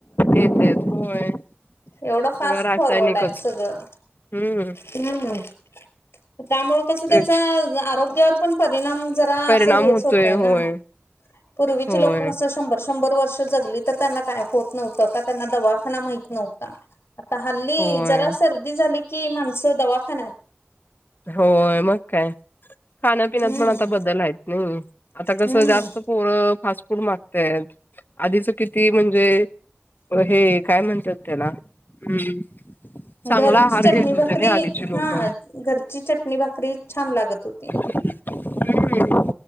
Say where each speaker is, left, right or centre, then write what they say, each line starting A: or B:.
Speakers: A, on the left (about 50°); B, on the left (about 75°).
A: हेच आहेत होय
B: एवढं
A: सगळं
B: फास्ट
A: रासायनिकच
B: फॉरवर्ड आहे सगळं
A: हम्म
B: हम्म. त्यामुळे कसं त्याचा
A: तेच
B: आरोग्यावर पण परिणाम जरा
A: परिणाम
B: असं हेच
A: होतोय
B: हो न
A: होय
B: पूर्वीचे
A: होय
B: लोकं कसं शंभर-शंभर वर्ष जगली तर त्यांना काय होत नव्हतं का त्यांना दवाखाना माहीत नव्हता. आता हल्ली
A: होय
B: जरा सर्दी झाली की माणसं दवाखान्यात
A: होय मग काय खाण्यापिण्यात
B: हम्म
A: पण आता बदल आहेत नाही आता कसं
B: हम्म
A: जास्त पोरं फास्ट फूड मागतय आधीचा किती म्हणजे हे काय म्हणतात त्याला हम्म. चांगला
B: घरची
A: आहार
B: चटणी
A: घेत होते
B: भाकरी
A: ना आधीची लोक
B: हा घरची चटणी भाकरी छान लागत होती.
A: हम्म हम्म.